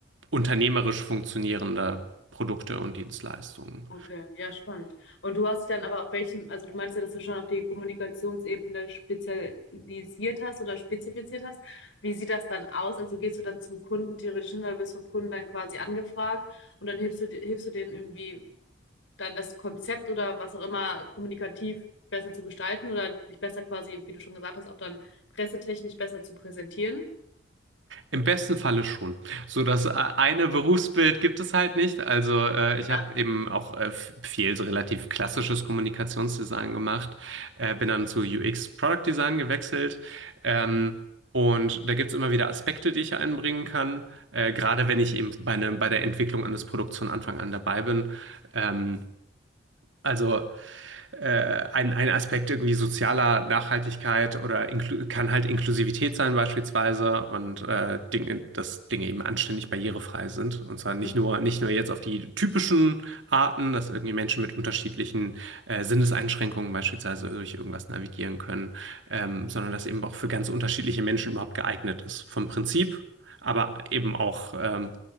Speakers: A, on the right; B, on the left.
A: unternehmerisch funktionierende Produkte und Dienstleistungen.
B: Okay, ja, spannend. Und du hast dich dann aber auf welchen, also du meinst ja, dass du schon auf die Kommunikationsebene spezialisiert hast oder spezifiziert hast. Wie sieht das dann aus? Also gehst du dann zum Kunden theoretisch hin, oder wirst vom Kunden dann quasi angefragt und dann hilfst du, hilfst du denen irgendwie dann das Konzept oder was auch immer kommunikativ besser zu gestalten oder sich besser quasi, wie du schon gesagt hast, auch dann pressetechnisch besser zu präsentieren?
A: Im besten Falle schon. So das äh, eine Berufsbild gibt es halt nicht. Also äh, ich
B: Ja.
A: habe eben auch äh, f- viel so relativ klassisches Kommunikationsdesign gemacht, äh, bin dann zu UX Product Design gewechselt. Ähm, und da gibt es immer wieder Aspekte, die ich einbringen kann. Äh, gerade wenn ich eben bei, ne, bei der Entwicklung eines Produkts von Anfang an dabei bin. Ähm, also äh, ein, ein Aspekt irgendwie sozialer Nachhaltigkeit oder kann halt Inklusivität sein beispielsweise und äh, Dinge, dass Dinge eben anständig barrierefrei sind. Und zwar nicht
B: Mhm.
A: nur, nicht nur jetzt auf die typischen Arten, dass irgendwie Menschen mit unterschiedlichen äh, Sinneseinschränkungen beispielsweise durch irgendwas navigieren können, ähm, sondern dass eben auch für ganz unterschiedliche Menschen überhaupt geeignet ist. Vom Prinzip, aber eben auch, ähm,